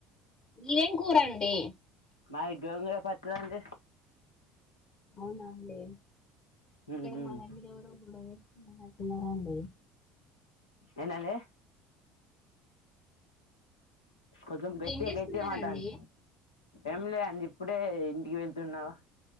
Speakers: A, on the left; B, on the left.
A: మీదేం కూర అండి డి
B: మాది గోంగుర పచ్చడండి
A: అవునా అండి ఇక్కడ
B: ఉమ్ ఉమ్
A: మాదాంగిరివరు కూడాదు హ తిన్నరండి
B: ఏందండి కొంచెం గట్టిగా
A: ఏం చేస్తున్నారండి
B: గట్టిగా మాట్లాడండి ఎమ్ లే అండి ఇప్పుడే ఇంటికి వెళ్తున్నావా